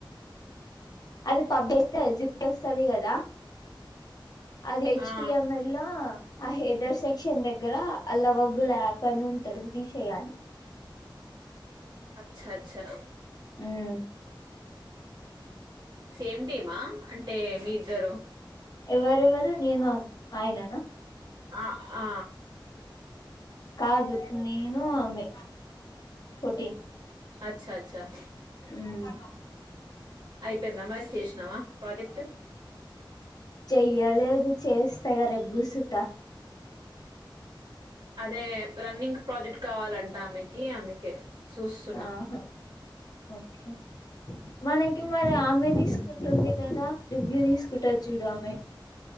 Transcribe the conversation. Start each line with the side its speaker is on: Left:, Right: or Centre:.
Left: అది <unintelligible> కదా అది హెచ్
Right: ఆ
Left: టీ ఏం ఎల్ లో ఆ హెడర్ సెక్షన్ దెగ్గర అ లవబుల్ యాప్ అని ఉంటది ఇది తీశెయ్యాలి.
Right: అచ్చ అచ్చా.
Left: మ్మ్
Right: సేమ్ టీమా అంటే మీ ఇద్దరూ.
Left: ఎవరెవరు నేను ఆయననా.
Right: అ ఆ ఆ
Left: కాదు నేనూ ఆమె ఫోటీన్
Right: అచ్చా అచ్చా
Left: మ్మ్
Right: అయిపోయింద మరి చేషినవ ప్రాజెక్ట్.
Left: చెయ్యలేదు చేస్త ఇగ రేప్గూసుట.
Right: అదే రన్నింగ్ ప్రాజెక్ట్ కావాలంట ఆమెకి అందుకే చూస్తున్న.
Left: ఆహా ఓకే మనకి మరి ఆమె తీసుకుంటుంది కదా రివ్యూ తీసుకుంటది చూడు ఆమె.